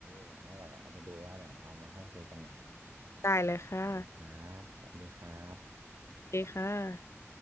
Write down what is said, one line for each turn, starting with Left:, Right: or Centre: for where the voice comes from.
Right: เอาไว้แบบเอาไปดูว่าเดี๋ยวเรามาค่อยคุยกันใหม่
Left: ได้เลยค่ะ
Right: ขอบคณครับสวัสดีครับ
Left: ดีค่ะ